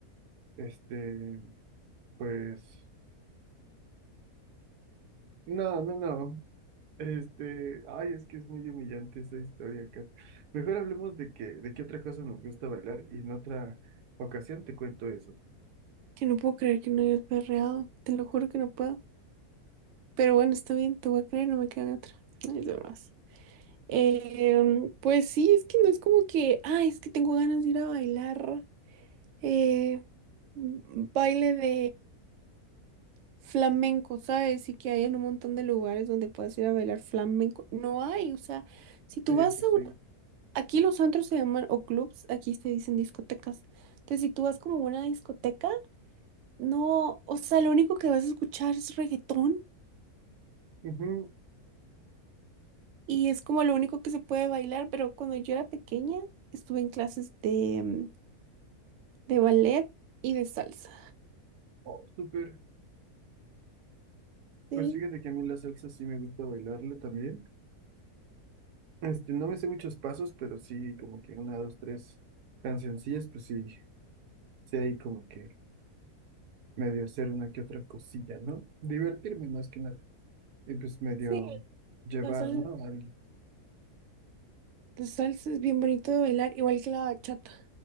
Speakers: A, on the right; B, on the right.
A: este, pues, no, no, no, este, ay, es que es muy humillante esa historia acá. Mejor hablemos de que, de qué otra cosa nos gusta bailar y en otra ocasión te cuento eso.
B: Que no puedo creer que no hayas perreado. Te lo juro que no puedo. Pero bueno, está bien, te voy a creer, no me queda de otra. Ay, de más. Em, pues sí, es que no es como que, ay, es que tengo ganas de ir a bailar. eh, baile de flamenco, ¿sabes? Y que hay en un montón de lugares donde puedes ir a bailar flamenco. No hay, o sea, si tú
A: Sí,
B: vas
A: pues
B: a
A: sí.
B: una... Aquí los antros se llaman o clubs, aquí se dicen discotecas. Entonces, si tú vas como a una discoteca, no, o sea, lo único que vas a escuchar es reggaetón
A: Ujú.
B: y es como lo único que se puede bailar, pero cuando yo era pequeña estuve en clases de, mm, de ballet y de salsa.
A: Oh, súper.
B: Sí,
A: Pues fíjate que a mí la salsa sí me gusta bailarla también. Este, no me sé muchos pasos, pero sí como que una, dos, tres cancioncillas, pues sí, sí hay como que medio hacer una que otra cosilla, ¿no? Divertirme más que nada. Y pues medio
B: sí,
A: llevar,
B: la salsa.
A: ¿no? Alguien.
B: La salsa es bien bonito de bailar, igual que la bachata.